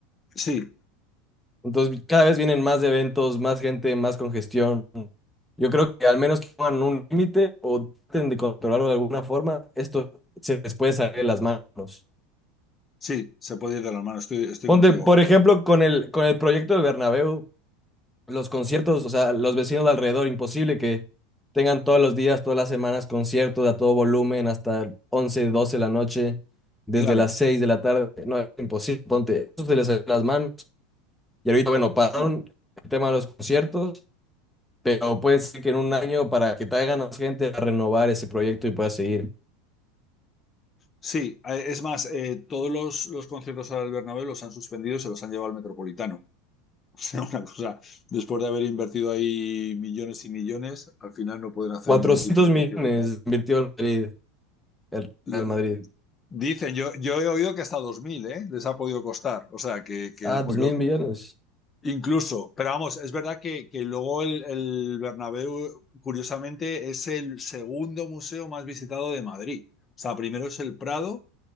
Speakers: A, on the left; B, in the centre.
A: Sí,
B: Entonces cada vez vienen más eventos, más gente, más congestión. Yo creo que al menos que pongan un límite o traten de controlarlo de alguna forma, esto se les puede salir de las manos.
A: sí, se puede ir de las manos, estoy, estoy
B: Ponte,
A: contigo.
B: por ejemplo, con el, con el proyecto del Bernabéu, los conciertos, o sea, los vecinos de alrededor, imposible que tengan todos los días, todas las semanas conciertos a todo volumen hasta 11, 12 de la noche, desde
A: Claro,
B: las 6 de la tarde. No, es imposible, ponte, eso se les salió de las manos. Y ahorita, bueno, pararon
A: sí.
B: el tema de los conciertos, pero puede ser que en un año para que traigan a más gente a renovar ese proyecto y pueda seguir.
A: Sí, a- es más, eh, todos los, los, conciertos ahora del Bernabéu los han suspendido y se los han llevado al Metropolitano. <laughs> O sea, una cosa, después de haber invertido ahí millones y millones, al final no pueden hacer
B: 400
A: ningún tipo de
B: millones
A: concierto y tal.
B: invirtió el Madrid, el
A: L-
B: Real Madrid.
A: Dicen, yo, yo he oído que hasta 2.000, ¿eh? Les ha podido costar, o sea, que, que
B: Ah,
A: es
B: dos
A: muy loco.
B: mil millones.
A: Incluso, pero vamos, es verdad que, que luego el, el Bernabéu, curiosamente, es el segundo museo más visitado de Madrid. O sea, primero es el Prado